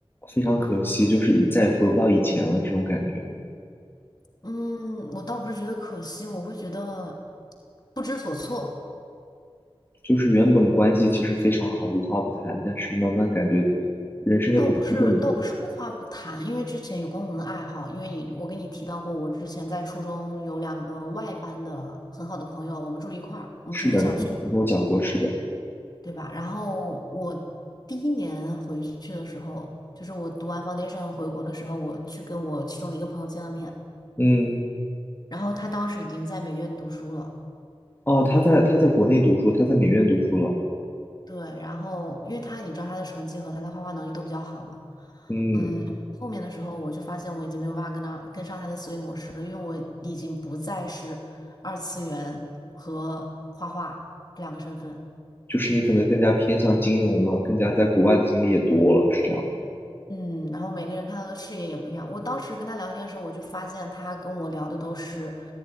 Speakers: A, on the left (about 20°); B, on the left (about 45°).
A: 非常可惜，就是一再也回不到以前了这种感觉吗？
B: 嗯，我倒不是觉得可惜，我会觉得不知所措。
A: 就是原本关系其实非常好，无话不谈，但是慢慢感觉人生的轨迹变了。
B: 倒不是，倒不是无话不谈，因为之前有共同的爱好，因为你，我跟你提到过，我之前在初中有两个外班的很好的朋友，我们住一块儿，我们住一个小区。
A: 是的，你跟我讲过，是的，
B: 对吧？然后我第一年回去的时候，就是我读完 foundation 回国的时候，我去跟我其中的一个朋友见了面，
A: 嗯。
B: 然后他当时已经在美院读书了，
A: 哦，他在他在国内读书，他在美院读书了。
B: 对，然后因为他你知道他的成绩和他的画画能力都比较好嘛，
A: 嗯，
B: 嗯，后面的时候我就发现我已经没有办法跟他跟上他的思维模式了，因为我已经不再是二次元和画画两个身份。
A: 就是你可能更加偏向金融了，更加在国外的经历也多了，是这样的。
B: 嗯，然后每个人看到的视野也不一样。我当时跟他聊天的时候，我就发现他跟我聊的都是